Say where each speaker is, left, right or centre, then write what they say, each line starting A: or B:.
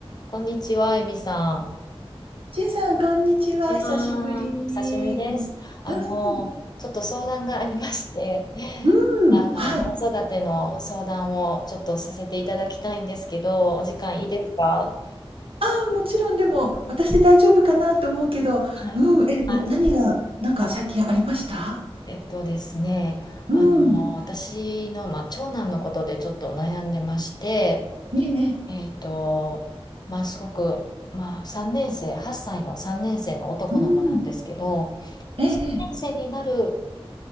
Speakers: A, on the left; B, on the right.
A: こんにちは、エミさ
B: ちいさん、こんにちは。
A: こんにちはん。
B: 久しぶり。
A: お久しぶりです。あの、
B: うん、
A: ちょっと相談がありまして、<laughs>
B: うん、
A: あの、
B: はい。
A: 子育ての相談をちょっとさせていただきたいんですけど、お時間いいですか
B: ああ、もちろん、でも、私で大丈夫かなと思うけど、
A: はい。
B: うん、え、
A: あ
B: 何が、なんか最近ありました
A: えっとですね、
B: うん、
A: あの、私の、まあ、長男のことでちょっと悩んでまして、
B: ええ、
A: えっと、まあ、すごく、まあ、3年生、8歳の3年生の男の子なんですけど、
B: うん、ええ、
A: 3年生になる